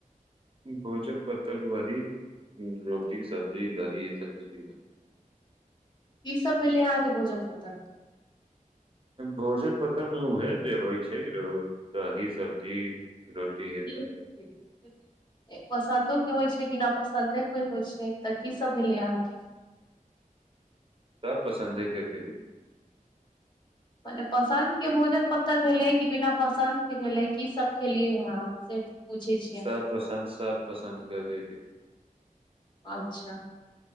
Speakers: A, on the right (about 40°); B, on the left (about 30°).
A: भोजन पत्तर, वही रोटी सब्जी दही ई सब भेलैई।
B: की सब भेलै अहाँके भोजन पत्तर?
A: भोजन पत्तर मे उहे जे होइ छै र, दही सब्जी रोटी ये
B: की
A: सब
B: <unintelligible> एक पसंन्दो के होइ छै बीना पसन्दे के होइ छै तऽ की सब भेलै अहाँ के।
A: सब पसन्दे के भेलै।
B: मने पसन्द के भोजन पत्तर भेलै कि बिना पसन्द के भेलै की सब खेलियै हॅं से पूछै छियै
A: सब पसन्द सब पसन्द के भेलै।
B: अच्छा,